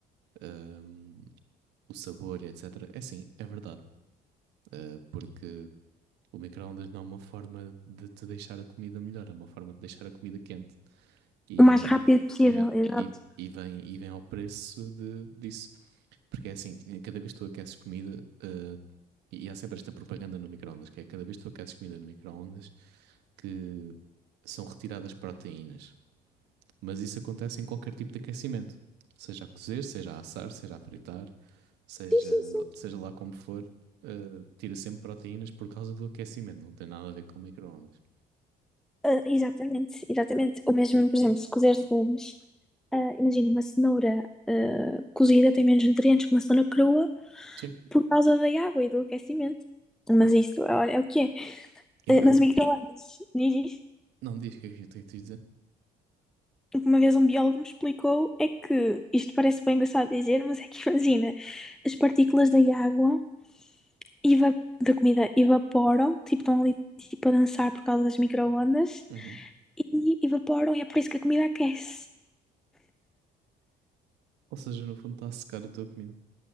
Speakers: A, on the right; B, in the centre.
A: ahm, o sabor e etc. É assim, é verdade. eh, porque o micro-ondas não é uma forma de te deixar a comida melhor, é uma forma de deixar a comida quente. E,
B: o mais rápido possível,
A: e, é-
B: exato.
A: e, e vem, e vem ao preço de, disso. Porque é assim, cada vez que tu aqueces comida, eh, e há sempre esta propaganda no micro-ondas, que é cada vez que tu aqueces comida no micro-ondas, que são retiradas proteínas. Mas isso acontece em qualquer tipo de aquecimento. Seja a cozer, seja a assar, seja a fritar, seja,
B: Sim, sim, sim.
A: seja lá como for, eh, tira sempre proteínas por causa do aquecimento, não tem nada a ver com micro-ondas.
B: Ah, exatamente, exatamente. Ou mesmo, por exemplo, se cozeres legumes, ah, imagina uma cenoura ah, cozida tem menos nutrientes que uma cenoura crua
A: Sim.
B: por causa da água e do aquecimento. Mas isso, olha, é o que é.
A: Eu-
B: Ah,
A: eu-
B: mas o micro-ondas, diz
A: não diz o que é que eu tenho que te dizer.
B: o que uma vez um biólogo me explicou é que, isto parece bem engraçado dizer, mas é que imagina, as partículas da água, eva- da comida, evaporam, tipo, estão ali tipo, a dançar por causa das microondas,
A: Uhum.
B: e evaporam, e é por isso que a comida aquece.
A: Ou seja, no fundo está a secar a tua comida.